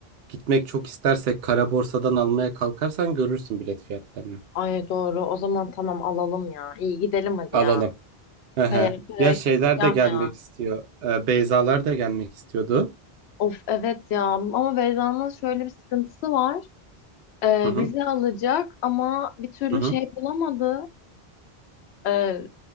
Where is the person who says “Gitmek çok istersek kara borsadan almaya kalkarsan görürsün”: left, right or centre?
Right